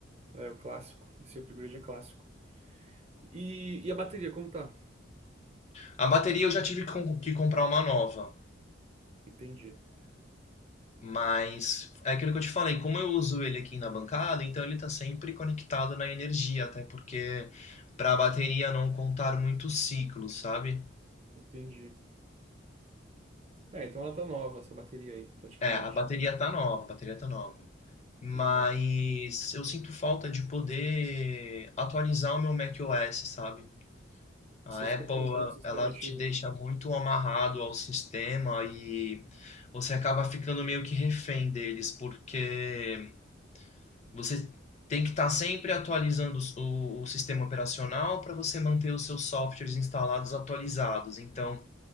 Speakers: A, on the right; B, on the left.
A: É o clássico. Esse upgrade é clássico. E, e a bateria, como tá?
B: A bateria eu já tive que com- que comprar uma nova,
A: Entendi,
B: mas é aquilo que eu te falei, como eu uso ele aqui na bancada, então ele está sempre conectado na energia, até porque para a bateria não contar muitos ciclos, sabe?
A: entendi. É, então ela tá nova, essa bateria aí, praticamente.
B: É, a bateria tá nova, a bateria tá nova. Mas
A: Legal.
B: eu sinto falta de poder atualizar o meu macOS, sabe? A
A: Você ficou
B: Apple,
A: preso no
B: ela
A: sistema
B: ela
A: antigo.
B: te deixa muito amarrado ao sistema e você acaba ficando meio que refém deles, porque você tem que estar sempre atualizando os- o, o sistema operacional para você manter os seus softwares instalados atualizados. Então,